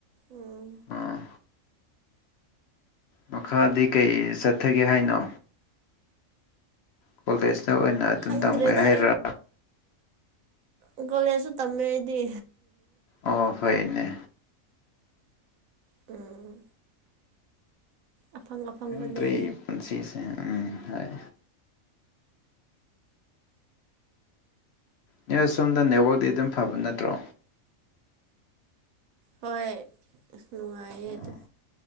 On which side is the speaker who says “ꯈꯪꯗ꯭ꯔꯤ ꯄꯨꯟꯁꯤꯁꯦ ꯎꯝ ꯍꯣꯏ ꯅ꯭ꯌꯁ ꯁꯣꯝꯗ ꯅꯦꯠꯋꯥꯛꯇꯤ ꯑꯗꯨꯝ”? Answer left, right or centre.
Left